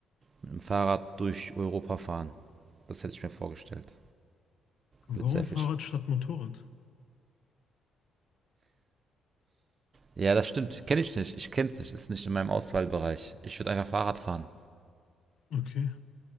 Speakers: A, on the right (about 40°); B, on the left (about 65°).
A: Mit dem Fahrrad durch Europa fahren. Das hätte ich mir vorgestellt.
B: Warum
A: Wird sehr
B: Fahrrad
A: fisch.
B: statt Motorrad?
A: Ja, das stimmt. Kenne ich nicht. Ich kenne es nicht. Ist nicht in meinem Auswahlbereich. Ich würde einfach Fahrrad fahren.
B: Okay.